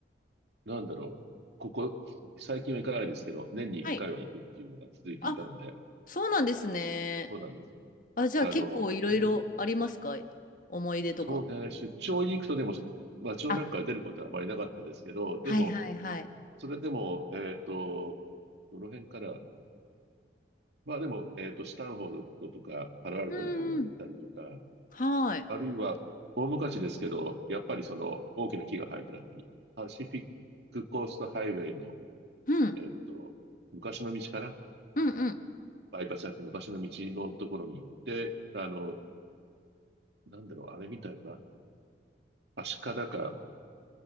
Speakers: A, on the right (about 70°); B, on the left (about 50°).
A: なんだろう。ここ、最近は行かないですけど、年に1回は行くっていうのが続いていたので、
B: はい。あ、そうなんですね。
A: そうなんですよ。
B: あ、じゃあ結構いろいろありますか
A: あの、うん。
B: 思い出とか。
A: そうね。出張に行くとでも、街の中から出ることはあまりなかったですけど、
B: あ、
A: でも、
B: はいはいはい。
A: それでも、えっと、どの辺からまあでも、えっと、スタンフォードとか、パロアルトの方に行ったりとか、
B: うんうん。はい。
A: あるいは、大昔ですけど、やっぱりその大きな木が生えてるあたり、パシフィックコーストハイウェイの、
B: うん。
A: えっと、昔の道かな
B: うんうん。
A: バイパスだって昔の道のところに行って、あの、なんだろう、あれ見たよな。アシカだか、